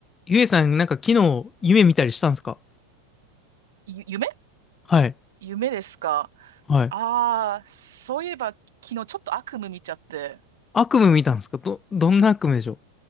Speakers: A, on the left (about 20°); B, on the right (about 60°).
A: ゆえさん、なんか昨日夢見たりしたんですか
B: ゆ夢
A: はい。
B: 夢ですか
A: はい。
B: ああー、そういえば昨日ちょっと悪夢見ちゃって、
A: 悪夢見たんですかど、どんな悪夢でしょう